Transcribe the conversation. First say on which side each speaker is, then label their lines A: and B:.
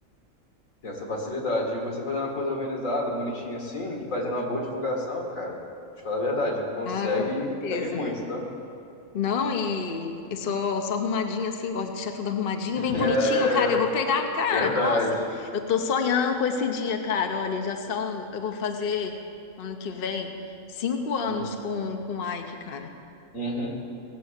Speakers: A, on the left; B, on the left.
A: Tem essa facilidade. E você fazendo uma coisa organizada, bonitinha assim, fazendo uma boa divulgação, cara, te falar a verdade, consegue
B: Ah, com certeza.
A: e consegue muito, tá?
B: Não, e eu sou, sou arrumadinha assim, gosto de deixar tudo arrumadinho,
A: É,
B: bem bonitinho. Cara, eu vou pegar, cara,
A: verdade.
B: nossa, eu tô sonhando com esse dia, cara. Olha, já são, eu vou fazer ano que vem cinco anos
A: Hum,
B: com, com o Ike, cara.
A: uhum.